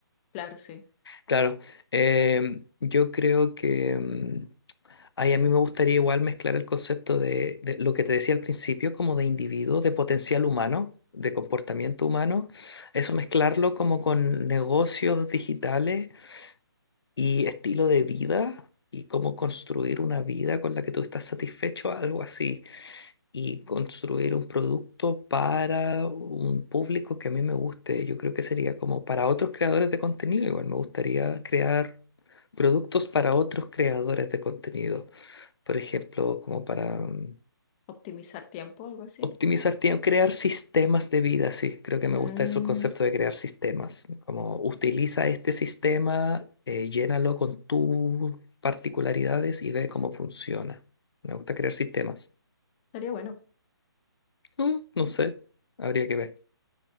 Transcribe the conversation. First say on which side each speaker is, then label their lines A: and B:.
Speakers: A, on the left; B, on the left.
A: Claro, sí.
B: Claro. eh, yo creo que... mm, Ay, a mí me gustaría igual mezclar el concepto de, de lo que te decía al principio, como de individuo, de potencial humano, de comportamiento humano, eso mezclarlo como con negocios digitales y estilo de vida y cómo construir una vida con la que tú estás satisfecho, algo así, y construir un producto para un público que a mí me guste. Yo creo que sería como para otros creadores de contenido, igual me gustaría crear productos para otros creadores de contenido por ejemplo, como para mm,
A: optimizar tiempo, algo así.
B: optimizar tiempo, crear sistemas de vida, sí, creo que
A: Mm,
B: me gusta eso, el concepto de crear sistemas, como utiliza este sistema, eh, llénalo con tus particularidades y ve cómo funciona. Me gusta crear sistemas.
A: estaría bueno,
B: Mm, no sé, habría que ver.